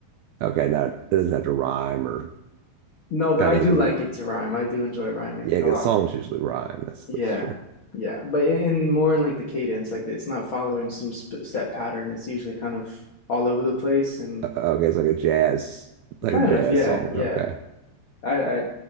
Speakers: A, on the right; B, on the left.
A: Okay. Now it doesn't have to rhyme or
B: No, but
A: kind
B: I
A: of
B: do
A: has a rhyme.
B: like it to rhyme. I do enjoy rhyming
A: Yeah, because
B: a lot.
A: songs usually rhyme. That's that's
B: Yeah.
A: true.
B: Yeah. But in, in more in like the cadence, like it's not following some sp set pattern. It's usually kind of all over the place and
A: Uh, uh, okay, it's like a jazz, like
B: kind
A: a jazz
B: of yeah,
A: song.
B: yeah.
A: Okay.
B: I I